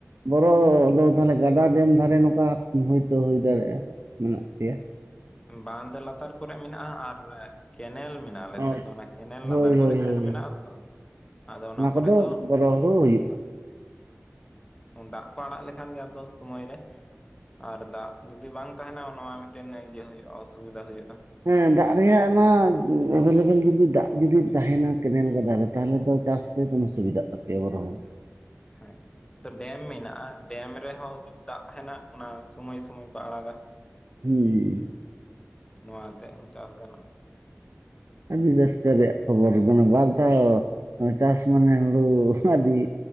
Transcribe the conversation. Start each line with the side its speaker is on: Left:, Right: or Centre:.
Right: ᱵᱚᱨᱚ ᱫᱚ ᱛᱟᱦᱞᱮ ᱜᱟᱰᱟ ᱰᱮᱢ ᱫᱷᱟᱨᱮ ᱱᱚᱝᱠᱟ ᱦᱳᱭᱛᱳ ᱦᱩᱭ ᱫᱟᱲᱮᱭᱟᱜ-ᱟ ᱢᱮᱱᱟᱜ ᱯᱮᱭᱟ
Left: ᱵᱟᱸᱫᱽ ᱞᱟᱛᱟᱨ ᱠᱚᱨᱮ ᱢᱮᱱᱟᱜ-ᱟ ᱟᱨ ᱠᱮᱱᱮᱞ ᱢᱮᱱᱟᱜ-ᱟ ᱟᱞᱮ
Right: ᱚ
Left: ᱥᱮᱫ ᱫᱚ ᱚᱱᱟ ᱠᱮᱱᱮᱞ
Right: ᱦᱳᱭ
Left: ᱞᱟᱛᱟᱨ ᱠᱚᱨᱮ
Right: ᱦᱳᱭ ᱦᱳᱭ
Left: ᱠᱷᱮᱛ ᱢᱮᱱᱟᱜ-ᱟ ᱛᱚ᱾ ᱟᱫᱚ
Right: ᱚᱱᱟ
Left: ᱠᱚᱨᱮ
Right: ᱠᱚᱫᱚ
Left: ᱫᱚ
Right: ᱵᱚᱨᱚ ᱦᱩᱲᱩ ᱦᱩᱭᱩᱜᱼᱟ᱾
Left: ᱦᱮᱸ ᱫᱟᱜ ᱠᱚ ᱟᱲᱟᱜ ᱞᱮᱠᱷᱟᱱ ᱜᱮ ᱟᱫᱚ ᱥᱚᱢᱚᱭ ᱨᱮ ᱟᱨ ᱫᱟᱜ ᱡᱩᱫᱤ ᱵᱟᱝ ᱛᱟᱦᱮᱸᱱᱟ ᱱᱚᱣᱟ ᱢᱤᱫᱴᱮᱱ ᱤᱭᱟᱹ ᱦᱩᱭᱩᱜ-ᱟ ᱚᱥᱩᱵᱤᱫᱟ ᱦᱩᱭᱩᱜ-ᱟ᱾
Right: ᱦᱮᱸ ᱫᱟᱜ ᱨᱮᱭᱟᱜ ᱢᱟ ᱮᱵᱮᱞᱮᱵᱮᱞ ᱡᱩᱫᱤ ᱫᱟᱜ ᱡᱩᱫᱤ ᱛᱟᱦᱮᱸᱱᱟ ᱠᱮᱱᱮᱞ ᱜᱟᱰᱟ ᱨᱮ ᱛᱟᱦᱞᱮ ᱫᱚ ᱪᱟᱥ ᱨᱮ ᱫᱚᱢᱮ ᱥᱩᱵᱤᱫᱟᱜ ᱛᱟᱯᱮᱭᱟ ᱵᱚᱨᱚ ᱦᱚᱲᱚ
Left: ᱦᱮᱸ ᱫᱚ ᱰᱮᱢ ᱢᱮᱱᱟᱜ-ᱟ᱾ ᱰᱮᱢ ᱨᱮᱦᱚᱸ ᱡᱩᱫᱤ ᱫᱟᱜ ᱛᱟᱦᱮᱸᱱᱟ ᱚᱱᱟ ᱥᱩᱢᱚᱭ ᱥᱩᱢᱚᱭ ᱠᱚ ᱟᱲᱟᱜ-ᱟ᱾
Right: ᱦᱩᱸᱻ
Left: ᱱᱚᱣᱟ ᱟᱛᱮᱫ ᱦᱚᱸ ᱪᱟᱥ ᱜᱟᱱᱚᱜ-ᱟ᱾
Right: ᱟᱹᱰᱤ ᱨᱟᱹᱥᱠᱟᱹ ᱨᱮᱭᱟᱜ ᱠᱷᱚᱵᱚᱨ ᱢᱟᱱᱮ ᱵᱟᱨᱫᱷᱟᱣ ᱪᱟᱥ ᱢᱟᱱᱮ ᱦᱩᱲᱩ ᱟᱹᱰᱤ